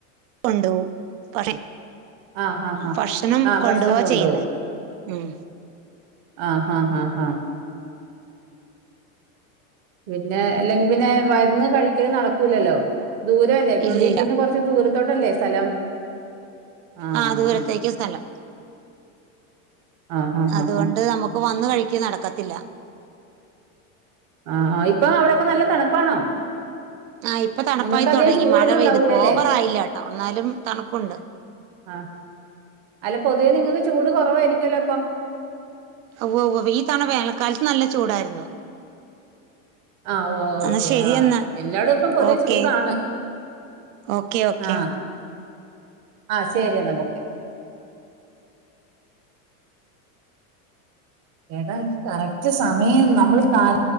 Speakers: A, on the right; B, on the right.
A: ഉണ്ടോ പറയ്
B: ആ ഹാ ഹാ
A: ഭക്ഷണം
B: ആ
A: കൊണ്ടോവ
B: ഭക്ഷണം കൊണ്ടുപോകും
A: ചെയ്യുന്നേ ഉം
B: ആഹ് ഹഹ് ഹ് ഹ പിന്നെ അല്ലെങ്കി പിന്നെ വരുന്ന് കഴിക്കല് നടക്കൂലല്ലോ ദൂരമല്ലേ ഇപ്പൊ
A: ഇല്ല
B: വീട്ടീന്ന്
A: ഇല്ല
B: കുറച്ച് ദൂര തൊട്ടല്ലേ സ്ഥലം ആഹ്
A: ആ ദൂരത്തേക്ക് സ്ഥലം
B: ആഹ് ആഹ്
A: അതുകൊണ്ട്
B: ആഹ് ആഹ്
A: നമ്മുക്ക് വന്ന് കഴിക്കി നടക്കത്തില്ല
B: ആഹ് ഇപ്പൊ അവിടൊക്കെ നല്ല തണുപ്പാണോ
A: ആഹ് ഇപ്പൊ തണുപ്പായിത്തൊടങ്ങി
B: നിങ്ങൾക്ക് അധികം ചൂടൊന്നും
A: മഴ പെയ്തു
B: ഉണ്ടാവൂലല്ലേ
A: ഇപ്പ ഓവറായില്ലാട്ടോ എ അന്നാലും തണുപ്പുണ്ട്
B: ആഹ് അല്ല പൊതുവേ നിങ്ങൾക്ക് ചൂട് കൊറവായിരിക്കുവല്ലോ അപ്പം
A: ഉവ്വ ഉവ്വ ഈ തവണ വേനക്കാലത്ത് നല്ല ചൂടായിരുന്നു
B: ആഹ് ഓക്കെ
A: എന്നാ ശരി
B: ആഹ്
A: എന്നാ
B: എല്ലാടും ഇപ്പം പൊതുവെ
A: ഓക്കെ
B: ചൂടാണ്
A: ഓക്കെ ഓക്കെ
B: ആഹ് ആ ശരി എന്നാ ബൊക്കെ എടാ ഈ കറക്റ്റ് സമയം നമ്മൾ കാൽ